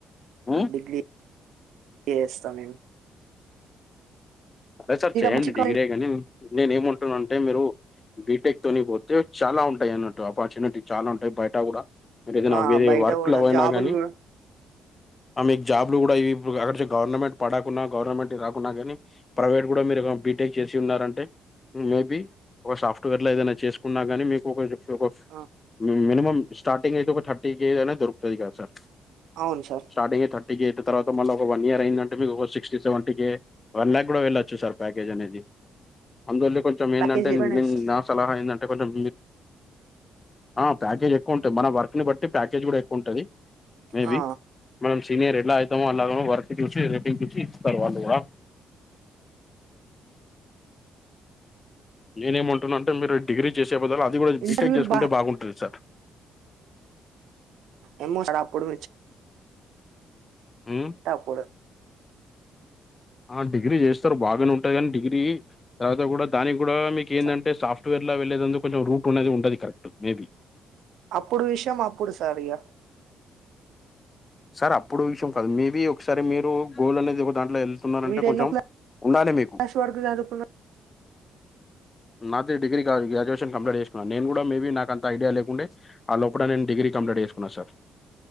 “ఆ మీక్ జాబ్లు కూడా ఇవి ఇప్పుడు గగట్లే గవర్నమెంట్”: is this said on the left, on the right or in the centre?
Left